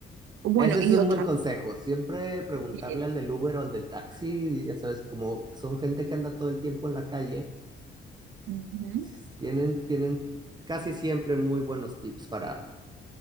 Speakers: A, on the right; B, on the right.
A: Bueno,
B: Ese es
A: y
B: un
A: otra.
B: buen consejo. Siempre preguntarle
A: eh,
B: al del Uber o al del taxi, ya sabes, como son gente que anda todo el tiempo en la calle,
A: ujú.
B: s- tienen, tienen casi siempre muy buenos tips para,